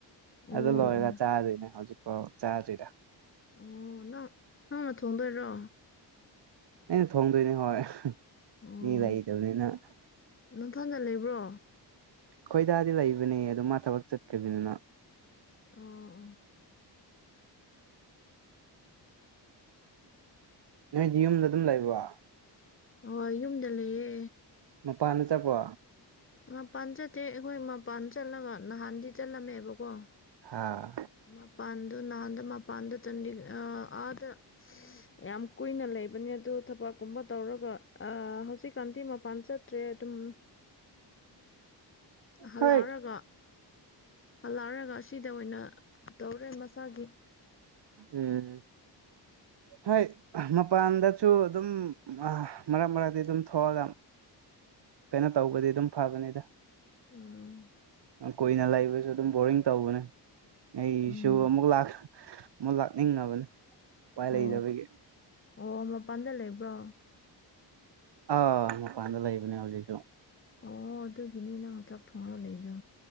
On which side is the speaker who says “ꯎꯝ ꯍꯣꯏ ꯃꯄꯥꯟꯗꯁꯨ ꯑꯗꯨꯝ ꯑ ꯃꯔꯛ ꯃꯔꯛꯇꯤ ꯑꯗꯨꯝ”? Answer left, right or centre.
Right